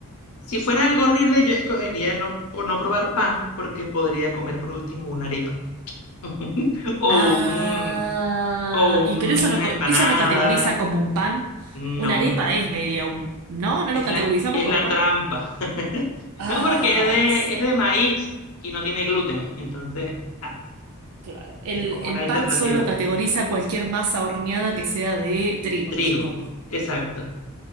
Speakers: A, on the left (about 75°); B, on the right (about 80°).
A: si fuera algo horrible, yo escogería no, por no probar pan, porque podría comer por último una arepa. <laughs> O
B: Ah,
A: un- o una
B: y pero eso no, co-
A: empanada.
B: eso no categoriza como un pan.
A: No.
B: Una arepa es media un... ¿No? ¿No
A: Es
B: lo categorizamos
A: la, es
B: como
A: la
B: pan?
A: trampa. <laughs>
B: Ah.
A: No, porque es de, es de maíz y no tiene gluten. Entonces, ah,
B: Claro. El,
A: es como
B: el
A: una alternativa.
B: pan solo categoriza cualquier masa horneada que sea de trigo,
A: Trigo.
B: supongo.
A: Exacto.